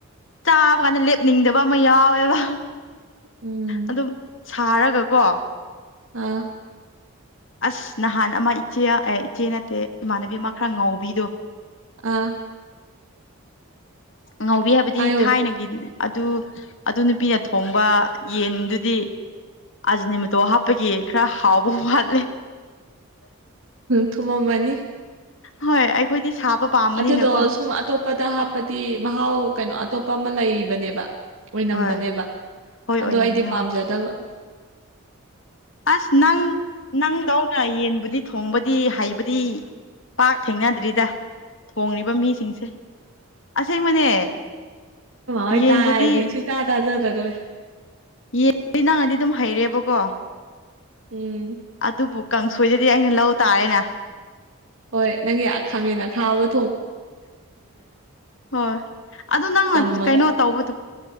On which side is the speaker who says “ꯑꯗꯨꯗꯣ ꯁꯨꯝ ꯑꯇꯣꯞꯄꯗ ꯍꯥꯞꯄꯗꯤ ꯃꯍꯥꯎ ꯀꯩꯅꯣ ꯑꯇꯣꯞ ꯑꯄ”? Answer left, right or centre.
Right